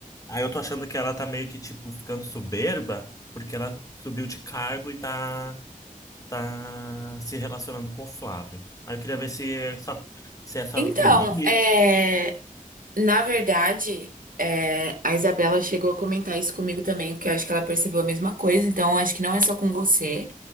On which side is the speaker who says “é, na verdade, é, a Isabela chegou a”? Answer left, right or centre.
Right